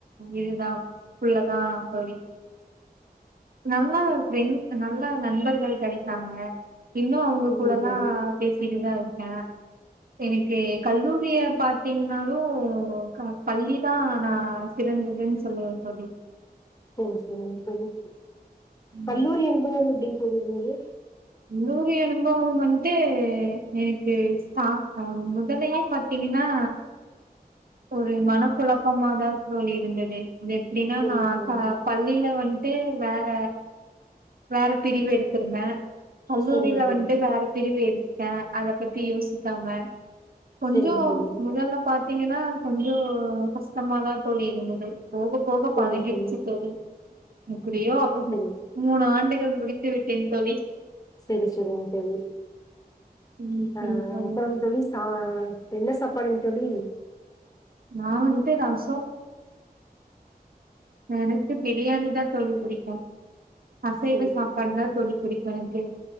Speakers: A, on the right; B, on the left.
A: இதுதா புள்ளதா தோழி நல்லா ஃபிரண் நல்ல நண்பர்கள் கெடைத்தாங்க இன்னு அவங்க கூடலா
B: தோழி
A: பேசிட்டுதா இரு ஹா எனக்கு கல்லூரிய பாத்தீங்கன்னாலு க பள்ளிதா நா சிறந்ததுன்னு சொல்லுவ தோழி
B: செரி செரிங் தோழி
A: ம்.
B: கல்லூரி அனுபவம் எப்டி தோழி இருந்துது
A: லூவி அனுபவம் வந்து எனக்கு சாட்டா முதலையா பாத்தீங்கன்னா ஒரு மனக்குழப்பமாதா தோழி இருந்துது அது எப்டின்னா
B: சரிங்க
A: நா
B: தோழி
A: க பள்ளியில வன்ட்டு வேற வேற பிரிவு எடுத்திருந்த கல்லூரில
B: சரிங்க தோழி
A: வண்ட்டு வேற பிரிவு எடு அ அத பத்தி யோசிக்காம கொஞ்சோ
B: சரிங்க தோழி
A: முதல்ல பாத்தீங்கன்னா கொஞ்சோ கஷ்டமாதா தோழி இருந்தது போக போக
B: சரிங்க
A: பழகிடுச்சு
B: தோழி
A: போழி முப்படியோ அ
B: சரி
A: மூணு ஆண்டுகள் குடித்து விட்டேன் தோழி
B: செரி செரி செரிங்க தோழி
A: ம்
B: அ
A: ம் ம்
B: அப்றோம் தோழி சா என்ன சாப்பாடுங்கு தொழி
A: நா வண்ட்டு ரசோ எனக்கு பிரியாணி தா தோழி புடிக்கு அசைவ
B: சரி
A: சாப்பாடுதா
B: தோழி
A: தோழி பிடிக் எனக்கு